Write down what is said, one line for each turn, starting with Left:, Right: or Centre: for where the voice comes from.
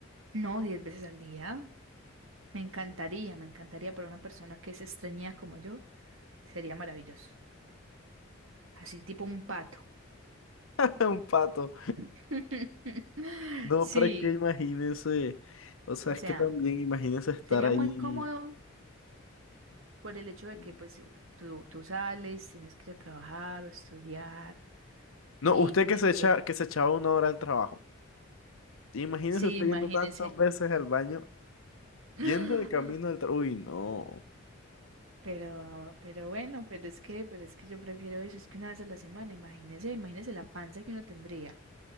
Right: no, diez veces al día. Me encantaría, me encantaría para una persona que es extrañida como yo. Sería maravilloso. Así tipo un pato.
Left: <laughs> Un pato.
Right: <laughs>
Left: No,
Right: Sí,
Left: pero es que imagínese, o sea,
Right: o
Left: es
Right: sea,
Left: que también imagínese estar
Right: sería
Left: ahí.
Right: muy incómodo por el hecho de
Left: No,
Right: que pues tú, tú sales, tienes que ir a trabajar o estudiar y
Left: usted
Right: tener
Left: que se echa,
Right: que...
Left: que se echaba una hora al trabajo. Imagínese
Right: Sí,
Left: usted
Right: imagínese.
Left: yendo tantas veces al baño,
Right: <gasps>
Left: yendo de camino al trabajo. Uy, no.
Right: Pero, pero bueno, pero es que, pero es que yo prefiero eso, es que una vez a la semana, imagínese, imagínese la panza que uno tendría.